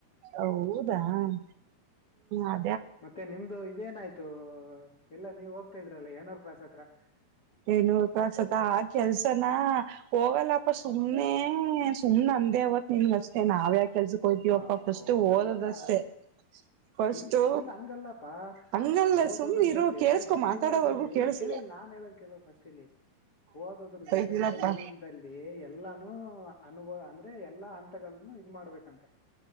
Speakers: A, on the right; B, on the left.
A: ಹೌದಾ ಹ್ಮ ಅ.
B: ಮತ್ತೆ ನಿಮ್ದು ಇದೇನಾಯ್ತು ಎಲ್ಲಾ ನೀವ್ ಹೋಗ್ತಾ ಇದ್ರಲ್ಲ ಏನೂರ್ ಪ್ರ್ಾಸ್ ಆತ. ಅ.
A: ಏನಪಸತ ಆ ಕೆಲ್ಸನಾ ಹೋಗಲ್ಲಪ್ಪ ಸುಮ್ನೆ ಸುಮ್ನೆ ಅಂದೇವತ್ ನಿನ್ಗ ಅಷ್ಟೇ ನಾವ್ಯಾಕೆ. ಕೆಲ್ಸಕೊಯ್ತೀವಪ್ಪ
B: ಆ
A: ಫಸ್ಟ್
B: ಹೌದಾ
A: ಓದದಷ್ಟೆ ಫಸ್ಟು
B: ಇಲ್ದ ಇಲ್ಲ ಹಂಗಲ್ಲಪ್ಪಾ
A: ಹಂಗಲ್ಲ
B: ಓದೋದ್ರ
A: ಸುಮ್ಮ್ನಿರು
B: ಜೊತೆ
A: ಕೇಸ್ಕೊ
B: ಜೀವನದಲ್ಲಿ
A: ಮಾತಾಡೋವರ್ಗೂ ಕೇಳಸ.
B: ಇಲ್ಲಿ ಕೇಳಿಲ್ ನಾನ್ ಹೇಳದ್ ಫಸ್ಟ್ ಇಲ್ಲಿ ಹಓದದ್ರ ಜೊತೆ
A: ಇಲ್ಲಪ್ಪಾ
B: ಜೀವನದಲ್ಲಿ ಎಲ್ಲಾನು ಅನುಭವ ಅ. ಅೇ ಎಲ್ಲಾ ಹಂತಗಳನ್ನ ಇದು ಮಾಡ್ಬೇಕಂತೆ.